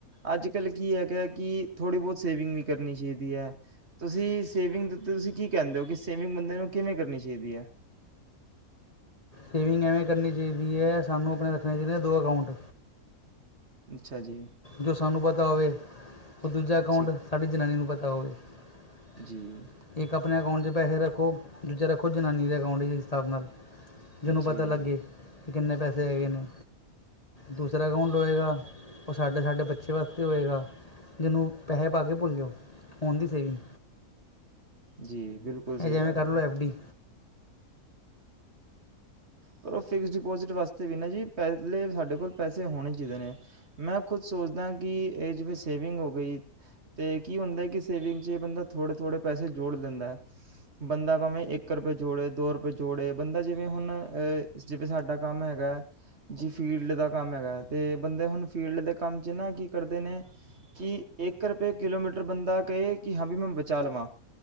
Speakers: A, on the right; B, on the left.
A: ਅੱਜ ਕੱਲ੍ਹ ਕੀ ਹੈਗਾ ਕਿ ਥੋੜ੍ਹੀ ਬਹੁਤ ਸੇਵਿੰਗ ਵੀ ਕਰਨੀ ਚਾਹੀਦੀ ਹੈ ਤੁਸੀਂ ਸੇਵਿੰਗ ਦੇ ਉੱਤੇ ਤੁਸੀਂ ਕੀ ਕਹਿੰਦੇ ਹੋ ਕਿ ਸੇਵਿੰਗ ਬੰਦੇ ਨੂੰ ਕਿਵੇਂ ਕਰਨੀ ਚਾਹੀਦੀ ਹੈ।
B: ਸੇਵਿੰਗ ਐਵੇਂ ਕਰਨੀ ਚਾਹੀਦੀ ਹੈ ਸਾਨੂੰ ਆਪਣੇ ਰੱਖਣੇ ਚਾਹੀਦੇ ਦੋ ਅਕਾਊਂਟ
A: ਅੱਛਾ ਜੀ
B: ਜੋ ਸਾਨੂੰ ਪਤਾ ਹੋਵੇ ਉਹ ਦੂਜਾ ਅਕਾਂਟ
A: ਠੀਕ
B: ਸਾਡੀ ਜਨਾਨੀ ਨੂੰ ਪਤਾ ਤੋ
A: ਜੀ
B: ਇੱਕ ਆਪਣੇ ਅਕਾਊਂਟ 'ਚ ਪੈਸੇ ਰੱਖੋ ਦੂਜਾ ਰੱਖੋ ਜਨਾਨੀ ਦੇ ਅਕਾਂਟ ਹਿਸਾਬ ਨਾਲ ਜਿਹਨੂੰ
A: ਜੀ
B: ਪਤਾ ਲੱਗੇ ਕਿੰਨੇ ਪੈਸੇ ਆਗੇਏ ਨੇ ਦੂਸਰਾ ਅਕਾਊਂਡ ਹੋਏਗਾ ਉਹ ਸਾਡੇ ਸਾਡੇ ਬੱਚੇ ਵਾਸਤੇ ਹੋਏਗਾ ਜਿਹਨੂੰ ਪੈਸੇ ਪਾ ਕੇ ਭੁੱਲ ਜਾਓ ਫੋਨ ਦੀ ਸੇਵਿੰਗ
A: ਜੀ ਬਿਲਕੁਲ ਸਹੀ
B: ਇਹ ਜਿਵੇਂ
A: ਗੱਲ
B: ਕਰ ਲਓ
A: ਹੈ
B: ਐਫ ਡੀ
A: ਪਰ ਉਹ ਫਿਕਸ ਡਿਪੋਜ਼ਿਟ ਵਾਸਤੇ ਵੀ ਨਾ ਜੀ ਪਹਿਲੇ ਸਾਡੇ ਕੋਲ ਪੈਸੇ ਹੋਣੇ ਚਾਹੀਦੇ ਨੇ ਮੈਂ ਖੁਦ ਸੋਚਦਾ ਕਿ ਇਹ ਜਿਵੇਂ ਸੇਵਿੰਗ ਹੋ ਗਈ ਅਤੇ ਕੀ ਹੁੰਦਾ ਕਿ ਸੇਵਿੰਗ 'ਚ ਇਹ ਬੰਦਾ ਥੋੜੇ ਥੋੜ੍ਹੇ ਪਸੇ ਜੋੜ ਲਦਾ ਬੰਦਾ ਭਾਵੇਂ ਇੱਕ ਰੁਪਏ ਜੋੜੇ ਦੋ ਰੁਪਏ ਜੋੜੇ ਬੰਦਾ ਜਿਵੇਂ ਹੁਣ ਜਿਵੇਂ ਸਾਡਾ ਕੰਮ ਹੈਗਾ ਜੀ ਫੀਲਡ ਦਾ ਕੰਮ ਹੈਗਾ ਅਤੇ ਬੰਦੇ ਹੁਣ ਫੀਲਡ ਦੇ ਕੰਮ 'ਚ ਨਾ ਕੀ ਕਰਦੇ ਨੇ ਕਿ ਇੱਕ ਰੁਪਏ ਕਿਲੋਮੀਟਰ ਬੰਦਾ ਕਹੇ ਕਿ ਹਾਂ ਵੀ ਮੈਂ ਬਚਾ ਲਵਾਂ